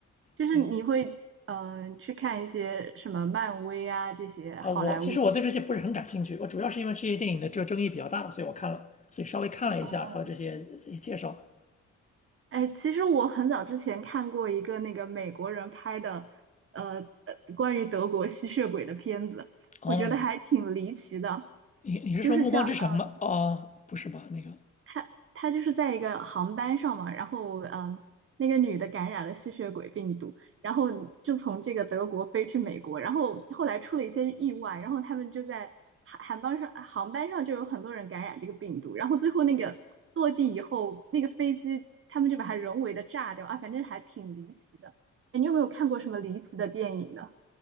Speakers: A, on the right; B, on the left.
A: 就是你会嗯、
B: 对
A: 呃去看一些什么漫威啊这些好莱坞这些。
B: 啊，我其实我对这些不是很感兴趣，我主要是因为这些电影的这个争议比较大，所以我看了，所以稍微看了一下他的这些介绍。
A: 哦，哎，其实我很早之前看过一个那个美国人拍的，呃，呃关于德国吸血鬼的片子，
B: 哦，
A: 我觉得还挺离奇的。
B: 你你是说《暮光之城》吗？
A: 就是像嗯、呃
B: 哦，不是吧？那个
A: 他他就是在一个航班上嘛，然后嗯，那个女的感染了吸血鬼病毒，然后就从这个德国飞去美国，然后后来出了一些意外，然后他们就在航航班上航班上就有很多人感染这个病毒，然后最后那个落地以后，那个飞机他们就把它人为的炸掉啊，反正还挺离奇的。哎，你有没有看过什么离奇的电影呢？